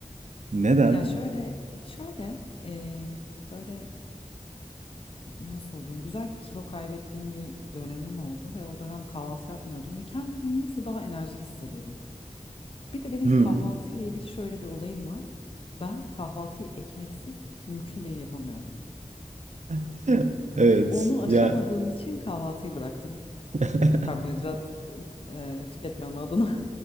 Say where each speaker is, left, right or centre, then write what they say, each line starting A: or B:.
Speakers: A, on the right (about 60°); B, on the left (about 40°).
A: Neden?
B: Ya şöyle şöyle e, böyle nasıl diyeyim güzel kilo kaybettiğim bir dönemim oldu ve o dönem kahvaltı yapmıyordum ve kendimi niyeyse daha enerjik hissediyordum. Bir de benim
A: Hmm.
B: kahvaltı ile ilgili şöyle bir olayım var. Ben kahvaltıyı ekmeksiz mümkün değil yapamıyorum.
A: <laughs> Evet.
B: Onu aşamadığım
A: Ya
B: için kahvaltıyı bıraktım.
A: <laughs>
B: Karbonhidrat e, tüketmem adına.